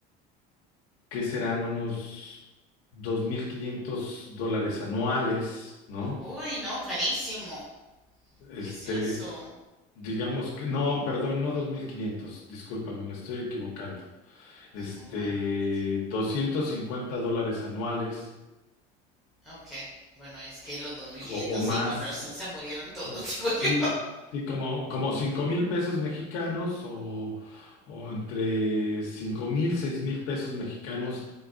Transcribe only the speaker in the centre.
Uy, no, carísimo.
¿Qué es eso?
Ah, bueno, ok.
Ok. Bueno, es que los dos mil quinientos
sí, con razón se murieron todos,
<laughs> digo
yo.